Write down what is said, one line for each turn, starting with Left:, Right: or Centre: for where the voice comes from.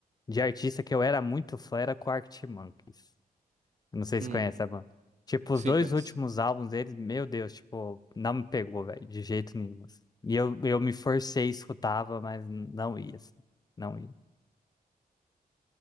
Left: de artista que eu era muito fã, era com Arctic Monkeys. Eu Não sei
Right: Hum,
Left: se conhece a banda. Tipo,
Right: sim,
Left: os dois
Right: conheço.
Left: últimos álbuns deles, meu Deus, tipo, não me pegou, velho, de jeito nenhum. assim. E eu, eu me forcei, escutava, mas não ia, assim, não ia.